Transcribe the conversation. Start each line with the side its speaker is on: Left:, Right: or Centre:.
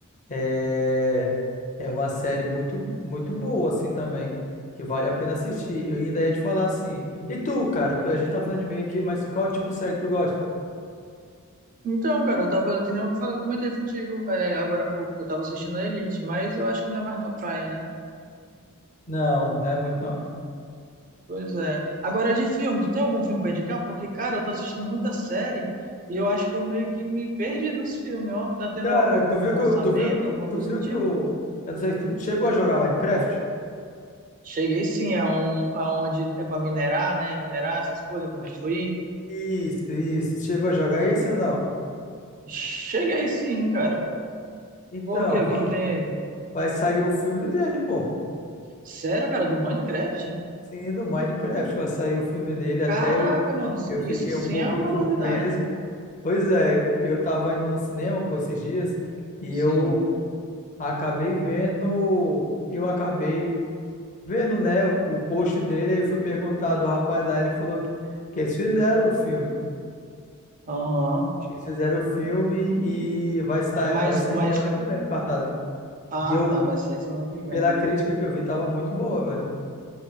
Left: É, é uma série muito, muito boa, assim, também, que vale a pena assistir. Eu ainda ia te falar assim, e tu, cara? A gente tá falando de mim aqui, mas qual tipo de série que tu gosta?
Right: Então, cara, eu tava, que nem eu fa- comentei contigo é, agora há pouco, que eu tava assistindo a Elite, mas eu acho que não é mais tua praia, né?
Left: Não, não é muito não.
Right: Pois é. Agora, de filme, tu tem algum filme pra indicar? Porque, cara, eu tô assistindo muita série e eu acho que eu meio que me perdi dos filmes, ó. Tá tendo
Left: Cara,
Right: al- algum
Left: tu viu que
Right: lançamento,
Left: eu, tu viu,
Right: alguma
Left: tu
Right: coisa
Left: viu
Right: do tipo?
Left: que o, eu não sei, tu chegou a jogar Minecraft?
Right: Cheguei sim, é um, é onde é pra minerar, né? Minerar essas coisas, construir.
Left: Isso, isso. Chegou a jogar esse ou não?
Right: Cheguei sim, cara.
Left: Então,
Right: Por quê? O que
Left: vai,
Right: que tem ele?
Left: vai sair o filme dele, pô.
Right: Sério, cara, do Minecraft?
Left: Sim, do Minecraft, vai sair o filme dele. Até
Right: Caraca,
Left: eu,
Right: mano,
Left: eu
Right: isso
Left: fiquei
Right: sim
Left: um pouco
Right: é uma
Left: surpreso.
Right: novidade.
Left: Pois é, eu tava indo no cinema por esses dias e
Right: Sim.
Left: eu acabei vendo, eu acabei vendo, né, o o post dele, aí fui perguntar do rapaz lá, ele falou que, que eles fizeram o filme.
Right: Aham.
Left: Eles fizeram o filme e vai estar,
Right: Mas,
Left: vai sair
Right: mas.
Left: semana que vem no cartaz.
Right: Ah,
Left: E eu,
Right: tá, vai sair semana que
Left: e
Right: vem.
Left: pela crítica que eu vi, tava muito boa, velho.